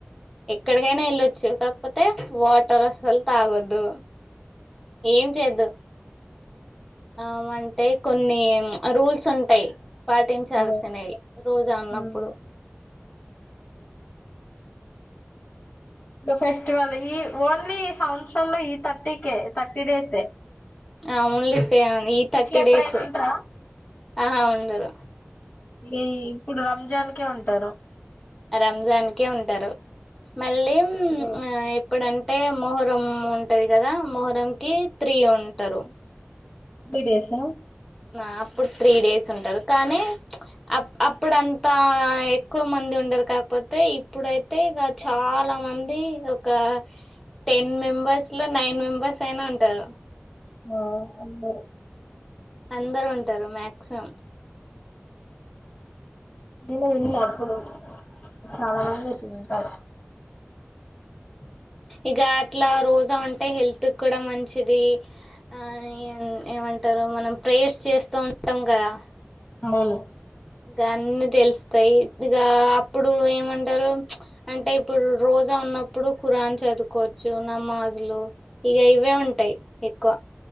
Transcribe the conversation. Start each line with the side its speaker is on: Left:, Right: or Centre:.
Centre: ఎక్కడికైనా ఎళ్ళొచ్చు కాకపోతే వాటర్ అసలు తాగద్దు ఏం చెద్దు ఆ అంటే కొన్ని రూల్స్ ఉంటాయి పాటించాల్సినవి
Left: అదే
Centre: రోజా ఉన్నప్పుడు
Left: మ్మ్ ఫెస్టివల్ ఈ ఓన్లీ సంవత్సరంలో ఈ థర్టీకే థర్టీ డేస్ ఎ
Centre: ఆవును లిపియా ఈ థర్టీ
Left: ఎప్పుడైనా
Centre: డేస్ ఎ
Left: ఉంటారా
Centre: ఆహా ఉండరు
Left: ఈ ఇప్పుడు రంజాన్ కె ఉంటారు
Centre: రంజాన్ కె ఉంటారు మళ్ళీ
Left: ఇదే
Centre: ఎప్పుడంటే మొహరం ఉంటాది గదా. ! మొహరంకి త్రీ ఉంటారు.
Left: గిడేసా. !
Centre: ఆ అప్పుడు త్రీ డేస్ ఉంటారు కానీ.. అప్ అప్పుడంతా ఎక్కువ మంది ఉండరు కాక్పోతే ఇప్పుడైతే ఇగ చాలా. చాలా మంది ఒక టెన్ మెంబర్స్లో, నైన్ మెంబర్సైనా ఉంటారు.
Left: ఆ అందరూ.
Centre: అందరుంటారు మాక్సిమం.
Left: ఊ <inaudible> అప్పుడు. చాలా మంది తినుంటారు. <unintelligible>
Centre: ఇక అట్లా రోజా ఉంటే హెల్త్ కూడా మంచిది ఆ ఏమంటారు మనం ప్రేర్స్ చేస్తా టాం గదా. !
Left: ఆడొల్లే.
Centre: గన్నీ తెలుస్తాయి. ఇగా అప్పుడు ఏమంటరు ప్చ్ అంటే ఇప్పుడు రో. రోజన్నప్పుడు ఖురాన్ చదువుకోవచ్చు, నమాజులు ఇక ఇవే ఉంటాయి. ఎక్కువ.